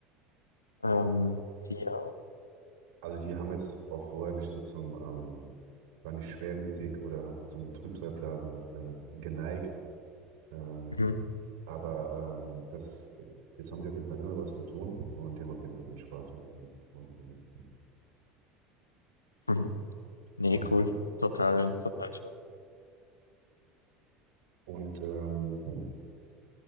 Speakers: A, on the left; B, on the right.
A: Ähm,
B: ja,
A: ja.
B: also die haben jetzt auch vorher nicht so zum, ähm, war nicht schwermütig oder hab zum Trübsalblasen äh, geneigt. Ähm,
A: Mhm.
B: Aber ähm, das, jetzt haben sie auf jeden Fall immer was zu tun und die haben auf jeden Fall den Spaß mit den Hunden.
A: Mhm. Nee,
B: Und,
A: cool. Total, total schön.
B: und ähm,